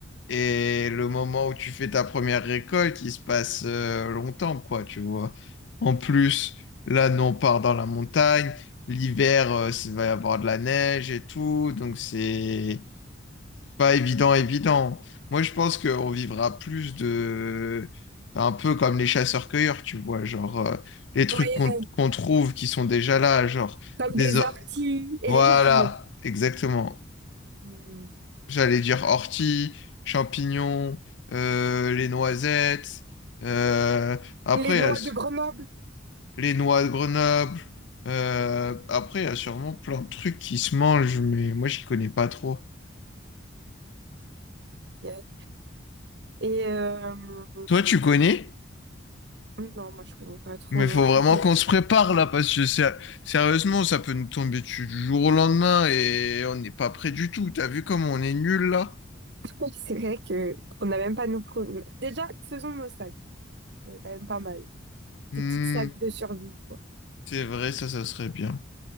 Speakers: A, on the left; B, on the right.
A: et le moment où tu fais ta première récolte, il se passe euh, longtemps, quoi, tu vois. En plus, là, nous, on part dans la montagne. L'hiver, euh, il va y avoir de la neige et tout, donc c'est pas évident, évident. Moi, je pense qu'on vivra plus de... Un peu comme les chasseurs-cueilleurs, tu vois, genre euh, les trucs
B: oui,
A: qu'on qu'on trouve qui sont déjà là, genre
B: comme
A: des,
B: des
A: o-
B: orties et
A: voilà,
B: des champignons.
A: exactement.
B: Hmm.
A: J'allais dire ortie, champignons, euh, les noisettes. euh, après,
B: Les noix
A: il y a s-
B: de Grenoble.
A: les noix de Grenoble. euh, après, il y a sûrement plein de trucs qui se mangent, mais moi, j'y connais pas trop.
B: Yes. Et euh,
A: Toi, tu connais?
B: non, moi je connais pas trop
A: Mais
B: non
A: faut
B: plus
A: vraiment
B: votre
A: qu'on se prépare là, parce que sé- sérieusement, ça peut nous tomber dessus du jour au lendemain et on n'est pas prêt du tout. T'as vu comme on est nul là?
B: truc. C'est vrai que on n'a même pas nos pro- Déjà, faisons nos sacs. C'est quand même pas mal.
A: Hmm,
B: Des petites sacs de survie, quoi.
A: c'est vrai, ça, ça serait bien.